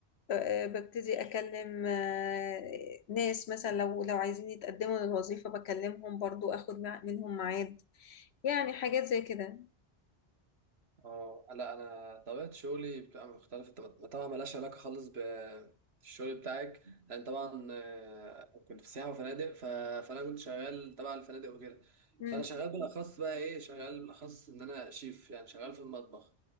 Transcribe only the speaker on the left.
آه، ببتدي أكلم آه، ناس مثلا لو لو عايزين يتقدموا للوظيفة بكلمهم برضو أخد مع- منهم ميعاد يعني حاجات زي كده
مم.